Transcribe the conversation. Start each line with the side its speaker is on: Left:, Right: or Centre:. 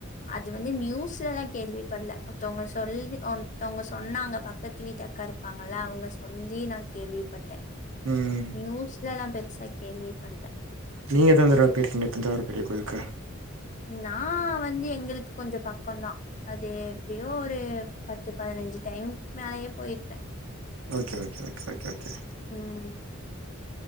Left: அது வந்து நியூஸ்லல்லா கேள்வி படல ஒருத்தவங்க சொல்லி ஒருத்தவங்க சொன்னாங்க பக்கத்து வீட்டு அக்காருக் இருப்பாங்கள அவுங்க சொல்லி நா கேள்விப்பட்டே
Right: ம் ம்
Left: நியூஸ்லல்லா பெருசா கேள்வி படல
Right: நீங்க எத்தன தடவ போயிருக்கிங்க தஞ்சாவூர் பெரியகோயிளுக்கு
Left: நா வந்து எங்களுக்கு கொஞ்சோ பக்கோந்தா அது எப்டியோ ஒரு பத்து பதினஞ்சு டைம் மேலயே போய்ருப்பே
Right: ஓகே ஓகேஓகே ஓகே ஓகே
Left: ம்